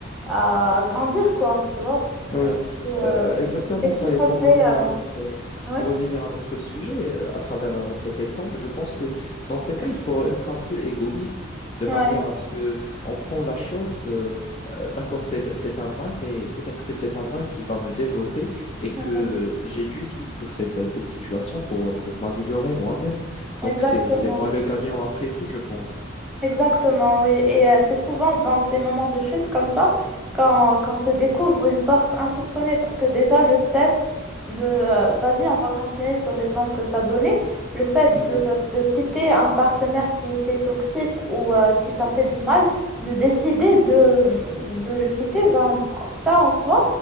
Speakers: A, in the centre; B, on the left (about 30°).
A: à grandir, quoi, tu vois.
B: Oui,
A: Euh, euh,
B: euh, exactement
A: tu fais
B: ça.
A: tout sombrer.
B: Et pour revenir
A: euh,
B: à notre, euh,
A: Ouais,
B: pour revenir à notre sujet, euh, à travers euh, cet exemple, je pense que dans ces cas, il faut être un peu égoïste de
A: ouais,
B: manière à ce que on prend la chose. euh, euh, d'accord, c'est, c'est un mal, mais peut-être que c'est un mal qui va me développer et que
A: ouais,
B: j'ai dû vivre cette, cette situation pour, euh, pour m'améliorer moi-même.
A: exactement.
B: Donc, c'est, c'est moi le gagnant après tout, je pense.
A: Exactement, oui. Et euh, c'est souvent dans ces moments de chute comme ça quand, quand se découvre une force insoupçonnée. Parce que déjà, le fait de... euh, vas-y, on va continuer sur l'exemple que tu as donné. Le fait
B: Mhm.
A: de, de quitter un partenaire qui était toxique ou euh, qui t'a
B: Ouais,
A: fait du mal, de décider de, de le quitter, ben, ça en soi,